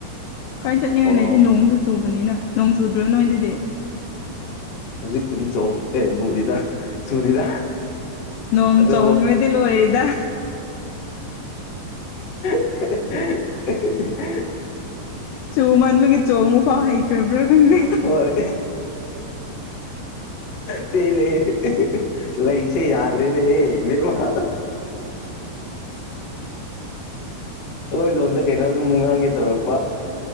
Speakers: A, on the left; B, on the left.
A: ꯀꯥꯏ ꯆꯠꯅꯤꯡꯉꯥꯏ
B: ꯑꯣ
A: ꯂꯩꯗꯤ ꯅꯣꯡꯁꯨ ꯆꯨꯕ ꯅꯤꯅ ꯅꯣꯡ ꯆꯨꯗ꯭ꯔꯣ ꯅꯣꯏꯗꯗꯤ
B: ꯍꯧꯖꯤꯛꯄꯨꯗꯤ ꯆꯣꯡ ꯑꯦ ꯅꯅꯨꯡꯗꯤꯗ ꯁꯨꯔꯤꯗ
A: ꯅꯣꯡ
B: ꯑꯗꯣ
A: ꯆꯣꯡꯔꯗꯤ ꯂꯣꯏꯔꯦꯗ
B: ꯎ
A: ꯆꯨ ꯃꯟꯕꯒꯤ ꯆꯣꯡꯕ ꯐꯥꯎ ꯍꯩꯈ꯭ꯔꯕ꯭ꯔꯥ ꯈꯪꯗꯦ
B: ꯍꯣꯏ ꯄ ꯂꯩ ꯂꯩꯁꯦ ꯌꯥꯗ꯭ꯔꯦꯅꯦꯍꯦ ꯃ ꯎ ꯑꯩꯈꯣꯏ ꯂꯣꯟꯗ ꯀꯩꯅꯣ ꯑꯗꯨꯝ ꯉꯥꯡꯒꯦ ꯇꯧꯔꯛꯄ